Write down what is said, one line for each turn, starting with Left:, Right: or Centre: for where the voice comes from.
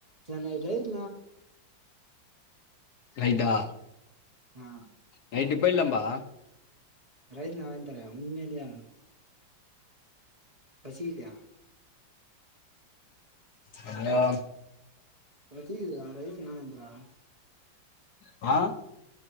Right: கேன் ஐ டிரைவ்
Left: நைட்டா
Right: ஆ
Left: நைட்டு போயிருலாம்பா
Right: ரைஸ் நா வாய்ன் தரே உண்மையிலே பசிக்குதா
Left: ஹலோ
Right: எனக்கு கேக்குது டா ரைஸ் இன்னா வாய்ன் தர
Left: ஆ